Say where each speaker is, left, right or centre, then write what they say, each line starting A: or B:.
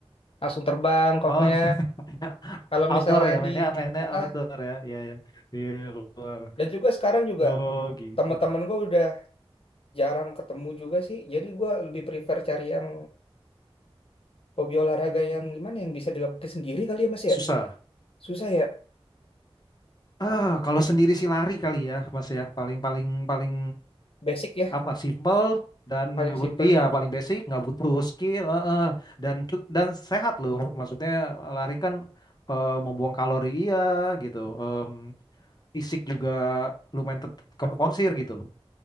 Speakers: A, on the left (about 65°); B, on the left (about 40°).
A: langsung terbang koknya.
B: oh <laughs>
A: Kalau
B: outdoor
A: misalnya
B: ya mainnya
A: di
B: mainnya
A: ah,
B: outdoor
A: ah.
B: ya ya ya Iya, iya, luar
A: dan juga sekarang juga
B: oh gitu
A: teman-teman gue udah jarang ketemu juga sih. Jadi gue lebih prefer cari yang hobi olahraga yang gimana yang bisa dilakukan sendiri kali ya Mas
B: susah
A: ya. Susah ya,
B: ah kalau sendiri sih lari kali ya mas ya paling paling paling
A: basic ya,
B: apa simple dan
A: paling
B: nggak
A: simpel
B: but- iya
A: ya.
B: paling basic nggak butuh skill heeh. dan cu- dan sehat loh maksudnya lari kan eh, membuang kalori iya gitu Em, fisik juga lumayan ter- terporsir gitu loh